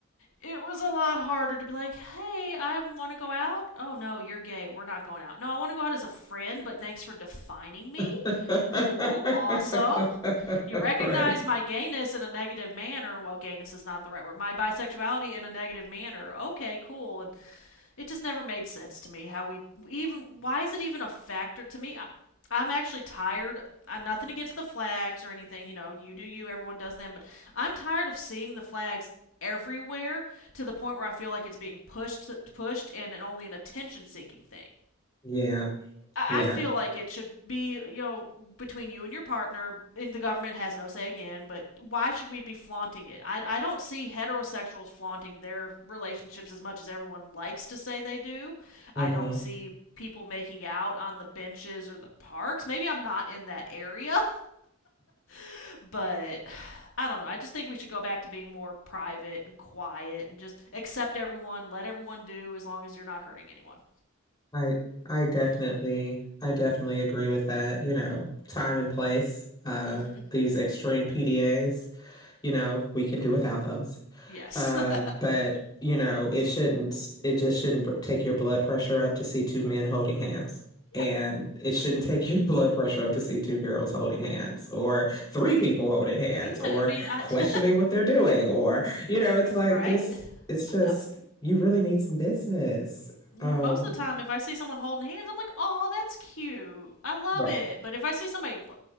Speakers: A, on the left; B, on the left.
A: it was a lot harder to be like, hey, I want to go out. Oh, no, you're gay. We're not going out. No, I want to go out as a friend, but thanks for defining me.
B: <laughs>
A: Cool. Awesome. You recognize
B: Right.
A: my gayness in a negative manner. Well, gayness is not the right word. My bisexuality in a negative manner. Okay, cool. And it just never made sense to me how we even why is it even a factor to me? I, I'm actually tired. I'm nothing against the flags or anything, you know, you do you, everyone does them, but I'm tired of seeing the flags everywhere to the point where I feel like it's being pushed pushed and only an attention seeking thing.
B: Yeah,
A: I
B: yeah.
A: feel like it should be, you know, between you and your partner, and the government has no say again, but why should we be flaunting it? I, I don't see heterosexuals flaunting their relationships as much as everyone likes to say they do.
B: hmm
A: I don't see people making out on the benches or the parks. Maybe I'm not in that area, <laughs> but I don't know. I just think we should go back to being more private and quiet and just accept everyone, let everyone do as long as you're not hurting anyone.
B: I I definitely I definitely agree with that. You know, time and place. Uh,
A: Mm hmm.
B: these extreme PDAs. You know, we can do without those.
A: Yes.
B: Uh,
A: <laughs>
B: but you know, it shouldn't. It just shouldn't br- take your blood pressure up to see two men holding hands. And
A: yeah.
B: it shouldn't take your <laughs> blood pressure up to see two girls holding hands or three people holding hands
A: Yeah.
B: or
A: I mean, I.
B: questioning
A: <laughs>
B: what they're doing. Or, you know, it's like
A: Right?
B: this, it's just,
A: Um,
B: you really need some business.
A: yeah,
B: Um,
A: most of the time, if I see someone holding hands, I'm like, oh, that's cute. I love
B: right.
A: it. But if I see somebody,